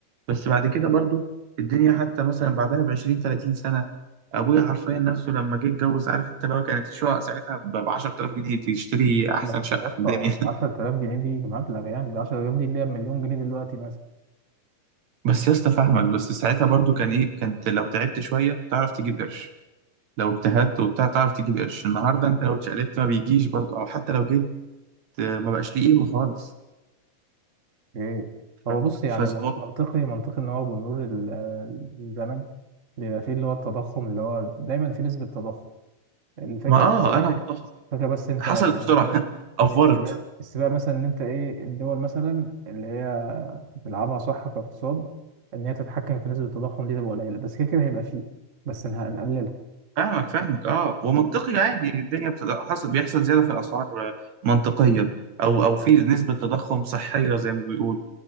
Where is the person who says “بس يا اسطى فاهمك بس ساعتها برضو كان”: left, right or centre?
Right